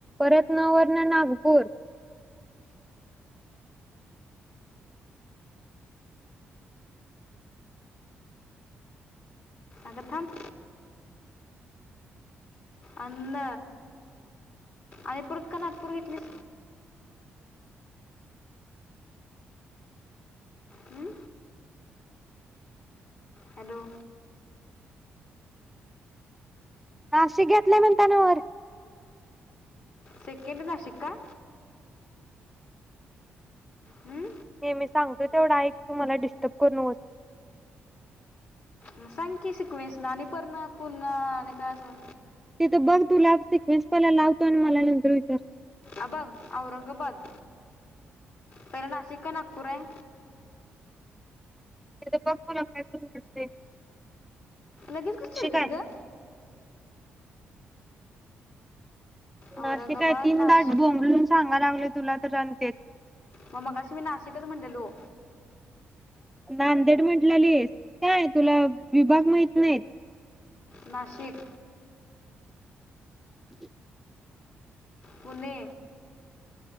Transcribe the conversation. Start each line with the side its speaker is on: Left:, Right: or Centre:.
Centre: त्यात न वरन नागपूर
Left: अग थांब. अंन अनिपूरत का नागपूर घेतलीस? हम्म, हॅलो.
Centre: नाशिक घेतलय म्हणताना वर
Left: सेकंड नशिक का? हम्म,
Centre: ते मी सांगतोय तेवढा ऐक तूमला डिस्टर्ब करू नकोस.
Left: म सांग की सिकवेंस ना आणि पर्ण पुन्हा आणि काय असं?
Centre: तिथं बघ तुला सिक्वेन्स पहिला लावतो आणि मला नंतर विचार.
Left: अ बघ औरंगाबाद. पहिला नाशिक का नागपूराय?
Centre: तेथ बघ तुला काय करू वाटते?
Left: लगेच कस चिडतीस
Centre: आहे.
Left: ग? औरंगाबाद
Centre: नाशिक हाय तीनदा
Left: नाश
Centre: बोंबलून सांगा लागलोय तुला तर अनतेच
Left: म मागाशी मी नाशिकच म्हणलेलो.
Centre: नांदेड म्हंटलेलीस. काय तुला विभाग माहित नाहीत?
Left: नाशिक
Centre: <inaudible>
Left: पुणे